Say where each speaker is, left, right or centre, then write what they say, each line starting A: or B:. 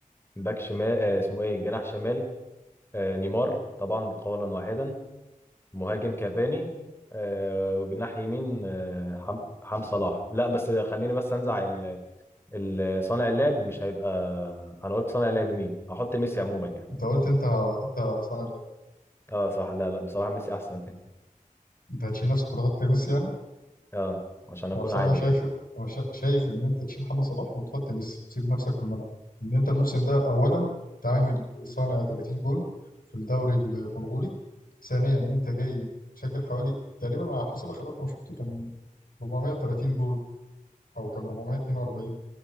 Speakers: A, on the left; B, on the left.
A: باك شمال آه، اسمه ايه جناح شمال آه، نيمار طبعا قولا واحدا مهاجم كافاني آه، وجناح يمين آه، حم حم صلاح لا بس خليني بس انزع ال- ال- صانع اللعب مش هيبقى انا قلت صانع اللعب مين هحط ميسي عموما يعني
B: انت قلت انت انت سنه ده
A: اه صح لا لا بصراحة ميسي احسن
B: انت هتشيل نفسك وتحط ميسي يعني
A: اه عشان اكون
B: انا بصراحه
A: عادل
B: شايف
A: يعني
B: أنا شا- شايف ان انت تشيل محمد صلاح وتحط ميسي وتسيب نفسك في الملعب ان انت الموسم ده اولا أنت عامل صانع 30 جون في الدوري الكونغولي ثانيا انت جاي مسجل حوالي تقريبا على حسب اخر رقم شفته كان 430 جول او كان 442